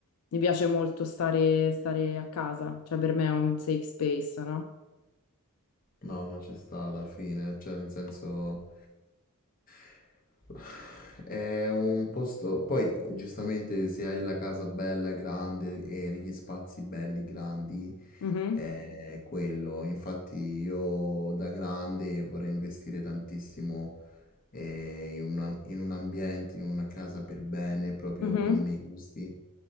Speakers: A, on the left; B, on the left.
A: mi piace molto stare, stare a casa, cioè per me è un safe space, no?
B: No, ma ci sta alla fine, cioè nel senso <sighs> è un posto, poi giustamente se hai la casa bella, grande e gli spazi belli, grandi,
A: Mhm,
B: è quello. Infatti io da grande vorrei investire tantissimo eh, in un, in un ambiente, in una casa per bene, proprio
A: mhm.
B: con i miei gusti